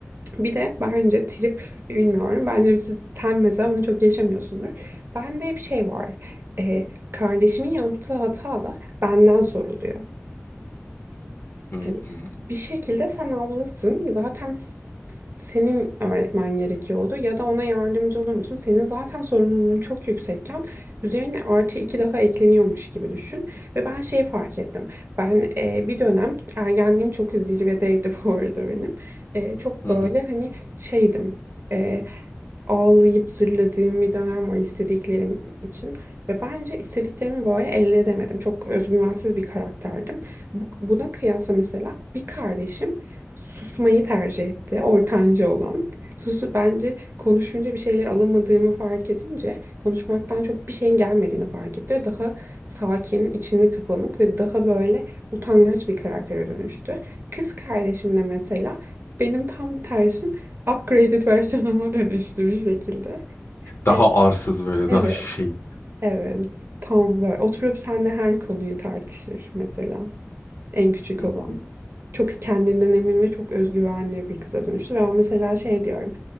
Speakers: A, on the right (about 50°); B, on the left (about 55°).
A: bir de bence trip bilmiyorum. Bence siz, sen mesela bunu çok yaşamıyorsundur. Bende hep şey var. Ee, kardeşimin yaptığı hata da benden soruluyor.
B: Hı
A: Hani
B: hı,
A: bir şekilde sen ablasın. Zaten s- senin öğretmen gerekiyordu ya da ona yardımcı olur musun? Senin zaten sorumluluğun çok yüksekken üzerine artı iki daha ekleniyormuş gibi düşün. Ve ben şey fark ettim. Ben e, bir dönem ergenliğim çok zirvedeydi <laughs> bu arada benim. E, çok
B: hı
A: böyle
B: hı.
A: hani şeydim. E, ağlayıp zırladığım bir dönem var istediklerim için ve bence istediklerimi böyle elde edemedim. Çok özgüvensiz bir karakterdim. Bu, buna kıyasla mesela bir kardeşim susmayı tercih etti. Ortanca olan. Susu bence konuşunca bir şeyler alamadığımı fark edince konuşmaktan çok bir şeyin gelmediğini fark etti ve daha sakin, içine kapanık ve daha böyle utangaç bir karaktere dönüştü. Kız kardeşim de mesela benim tam tersim upgraded <laughs> versiyonuma dönüştü bir şekilde.
B: Daha
A: E,
B: arsız böyle,
A: Evet,
B: daha şey.
A: evet. Tam böyle oturup seninle her konuyu tartışır mesela en küçük
B: Hı.
A: olan
B: hı.
A: çok kendinden emin ve çok özgüvenli bir kıza dönüştü. Ve ben mesela şey diyorum,